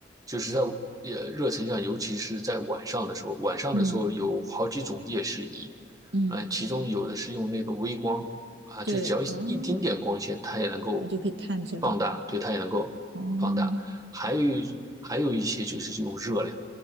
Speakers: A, on the right; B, on the right.
A: 就是在呃热成像，尤其是在晚上的时候，晚上的时候有好几种夜视仪，
B: 嗯嗯，
A: 啊、其中有的是用那个微光啊，
B: 对哦，
A: 就只要一一丁点光线，它也能够
B: 那就可以探测到
A: 放大，对，它也能够放大。
B: 哦
A: 还有一还有一些就是用热量，